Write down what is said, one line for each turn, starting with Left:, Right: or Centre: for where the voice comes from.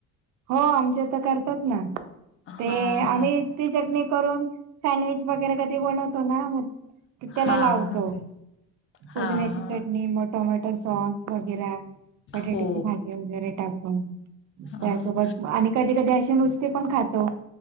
Right: हो आमच्या तर करतात ना
Left: हां,
Right: ते आम्ही चटणी करून सँडविच वगैरे कधी बन मग त त्याला
Left: हां,
Right: लावतो
Left: हां, हां,
Right: पुदिण्याची
Left: हां.
Right: चटणी टोमॅटो सॉस वगैरे पटेटीची
Left: हो.
Right: भाजी वगैरे टाकून
Left: हां,
Right: त्यासोबत आणि कधी कधी असे नुसते पण खातो